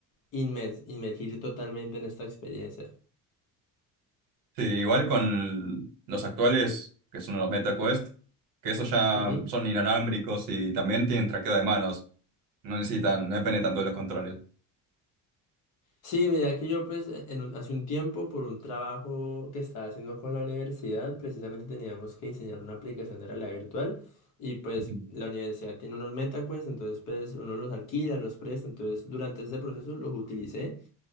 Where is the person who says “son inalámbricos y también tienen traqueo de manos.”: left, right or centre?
Right